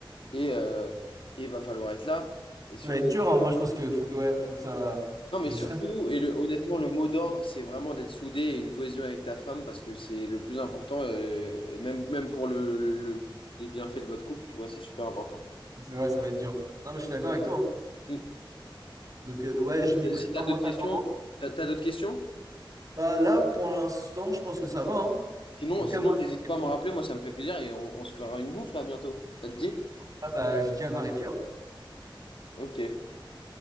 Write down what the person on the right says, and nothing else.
Ça va être dur, hein. Moi je pense que faut que ouais, faut que ça.
Je
serai.
Ouais, ça va être dur. Non, mais je suis d'accord avec toi. hein.
Donc euh, ouais, je m'y prépare
mentalement.
Bah, là, pour l'instant, je pense que ça va. hein.
En tout
cas, moi,
c'est...
Ah, bah, je dis à Marie-Pierre.